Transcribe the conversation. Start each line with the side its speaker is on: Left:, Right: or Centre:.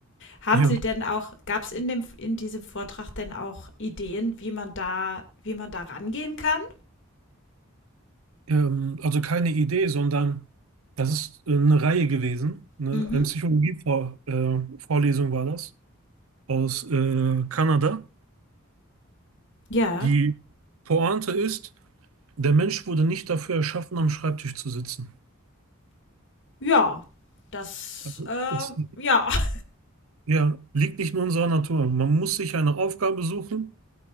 Left: Haben
Right: Ja.
Left: Sie denn auch, gab es in, dem, in diesem Vortrag denn auch Ideen, wie man da, wie man da rangehen kann?
Right: Ähm, also keine Idee, sondern das ist äh, eine Reihe gewesen. Ne?
Left: Mhm.
Right: Eine Psychologie-Vorlesung äh, Vorlesung war das aus äh, Kanada.
Left: Ja.
Right: Die Pointe ist, der Mensch wurde nicht dafür erschaffen, am Schreibtisch zu sitzen.
Left: Ja. Das,
Right: Also
Left: äh,
Right: es,
Left: ja. <laughs>
Right: ja, liegt nicht in unserer Natur. Man muss sich eine Aufgabe suchen